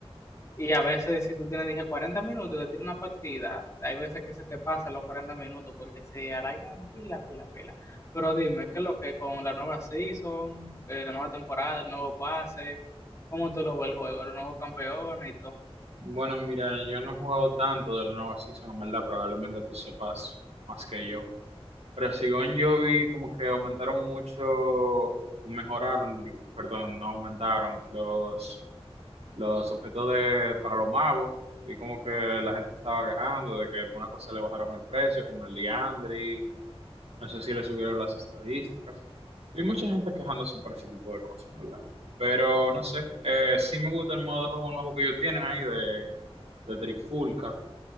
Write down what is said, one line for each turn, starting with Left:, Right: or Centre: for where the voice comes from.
Left: Y a veces, si tú tienes, dije, 40 minutos, te tira una partida. Hay veces que se te pasan los 40 minutos porque se alargan pila, pila, pila. Pero dime, ¿qué es lo que con la nueva season, eh, la nueva temporada, el nuevo pase? ¿Cómo tú lo ves el juego? ¿Los nuevos campeones y todo?
Right: Bueno, mira, yo no he jugado tanto de la nueva season, en verdad, probablemente tú sepas más que yo. Pero según yo vi, como que aumentaron mucho, o mejoraron, di- perdón, no aumentaron los, los objetos de, para los magos. Vi como que la gente estaba quejando de que alguna cosa le bajaron el precio, como el Liandry, no sé si le subieron las estadísticas. Vi mucha gente quejándose por ese tipo de cosas, en ¿verdad? Pero no sé, eh, sí me gusta el modo de juego nuevo que ellos tienen ahí de Trifulca,